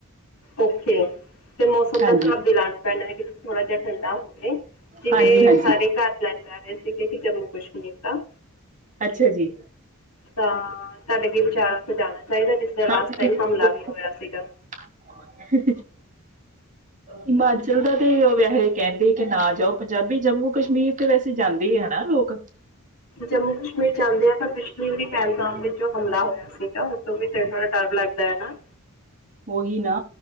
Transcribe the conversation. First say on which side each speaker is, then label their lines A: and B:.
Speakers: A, on the left; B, on the right.
A: ਓਕੇੇ ਐ, ਤੇ ਮੌਸਮ
B: ਹਾਂਜੀ,
A: ਦਾ ਸਾਬ ਵੀ ਲਾਣ ਪਹਿਲਾਂ ਕਿ ਕਿਤੇ ਥੋੜ੍ਹਾ ਜਿਆ ਠੰਡਾ ਹੋਵੇ। ਜਿਵੇਂ
B: ਹਾਂਜੀ, ਹਾਂਜੀ,
A: ਸਾਰੇ ਘਰ ਪਲੈਨ ਕਰ ਰਹੇ ਸੀਗੇ ਕਿ ਜੰਮੂ ਕਸ਼ਮੀਰ ਦਾ।
B: ਅੱਛਾ ਜੀ।
A: ਤਾਂ ਤਾਡਾ ਕੀ ਵਿਚਾਰ ਆ ਓਥੇ ਜਾਣਾ ਚਾਈਦਾ, ਜਿਥੇ ਲਾਸਟ
B: ਹਾਂਜੀ
A: ਟਾਈਮ ਹਮਲਾ ਵੀ ਹੋਇਆ ਸੀਗਾ।
B: <unintelligible> ਹਿਮਾਚਲ ਦਾ ਤੇ ਵੈਹੇ ਕਹਿੰਦੇ ਕਿ ਨਾ ਜਾਓ ਪੰਜਾਬੀ, ਜੰਮੂ ਕਸ਼ਮੀਰ ਤੇ ਵੈਸੇ ਜਾਂਦੇ ਈ ਨਾ ਹਨਾ ਲੋਕ।
A: ਜੰਮੂ ਕਸ਼ਮੀਰ ਜਾਂਦੇ ਆ, ਪਰ ਪਿਛਲੀ ਵਾਰੀ ਪਹਿਲਗਾਮ ਵਿੱਚ ਜੋ ਹਮਲਾ ਹੋਇਆ ਸੀ। ਨਹਾਉਣ ਤੇ ਵੀ ਤੇ ਥੋੜਾ ਡਰ ਲਗਦਾ ਐ ਨਾ।
B: ਓਹੀ ਨਾ,